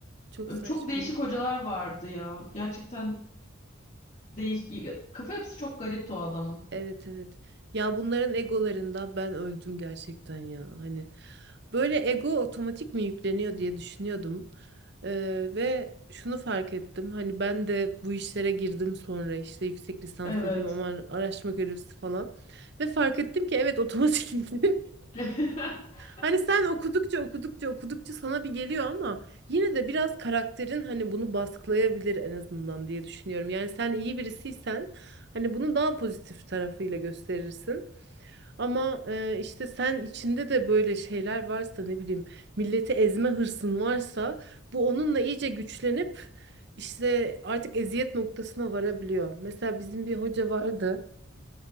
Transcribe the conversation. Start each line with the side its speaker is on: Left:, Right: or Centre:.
Right: Çok saçma.
Left: Çok değişik hocalar vardı ya. Gerçekten Değiş kafa yapısı çok garipti o adamın.
Right: Evet evet. Ya bunların egolarında ben öldüm gerçekten ya. Hani böyle ego otomatik mi yükleniyor diye düşünüyordum. Ee, ve şunu fark ettim. Hani ben de bu işlere girdim sonra işte yüksek lisans
Left: Evet.
Right: yapayım ama araştırma görevlisi falan. Ve fark ettim ki evet otomatik <laughs>
Left: <laughs>
Right: Hani sen okudukça okudukça okudukça sana bir geliyor ama yine de biraz karakterin hani bunu baskılayabilir en azından diye düşünüyorum. Yani sen iyi birisiysen hani bunu daha pozitif tarafıyla gösterirsin. Ama e, işte sen içinde de böyle şeyler varsa ne bileyim milleti ezme hırsın varsa bu onunla iyice güçlenip işte artık eziyet noktasına varabiliyor. Mesela bizim bir hoca vardı